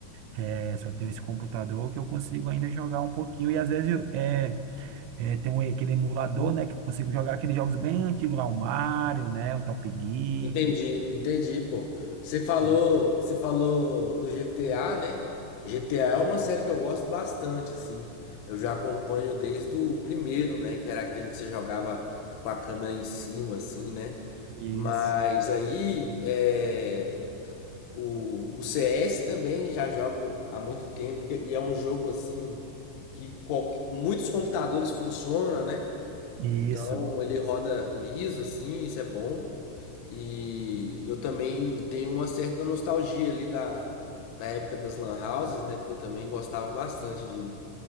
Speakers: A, on the right; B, on the left.
A: é, só tenho esse computador que eu consigo ainda jogar um pouquinho. E às vezes eu- é, é, tem um, aquele emulador, né? Que eu consigo jogar aqueles jogos bem antigos lá, o Mario, né? O Top Gear,
B: Entendi, entendi, pô. Você falou,
A: sabe?
B: você falou do GTA, né? GTA é uma série que eu gosto bastante, assim. Eu já acompanho desde o primeiro, né? Que era aquele que você jogava com a câmera em cima, assim, né?
A: Isso.
B: Mas aí, é, o, o CS também já jogo há muito tempo que- e é um jogo, assim, que qualque- muitos computadores funcionam, né?
A: Isso.
B: Então ele roda liso, assim, isso é bom. E eu também tenho uma certa nostalgia ali da, da época das lan houses, né? Porque eu também gostava bastante de,